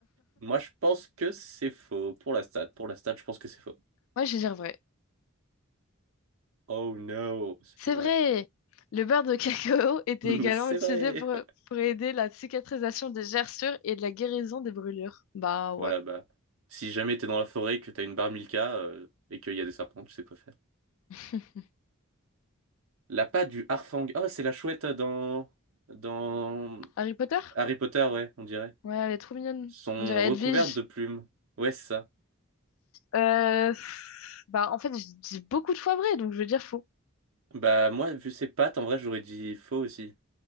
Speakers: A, on the right; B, on the left.
A: Moi, je pense que c'est faux. Pour la stat, pour la stat, je pense que c'est faux.
B: Ouais, je vais dire vrai.
A: Oh no, c'était
B: C'est
A: vrai.
B: vrai! Le beurre de cacao <laughs> était
A: <laughs>
B: également
A: C'est
B: utilisé
A: vrai.
B: pour, pour aider la cicatrisation des gerçures et de la guérison des brûlures. Bah ouais.
A: Voilà, bah. Si jamais t'es dans la forêt, que t'as une bar Milka euh, et qu'il y a des serpents, tu sais quoi faire.
B: <laughs>
A: La patte du Harfang. Oh, c'est la chouette dans. Dans
B: Harry Potter?
A: Harry Potter, ouais, on dirait.
B: Ouais, elle est trop mignonne.
A: Sont
B: On dirait
A: recouvertes
B: Edwige.
A: de plumes. Ouais, c'est ça.
B: Euh, pff, bah en fait, je dis beaucoup de fois vrai, donc je vais dire faux.
A: Bah moi, vu ses pattes, en vrai, j'aurais dit faux aussi.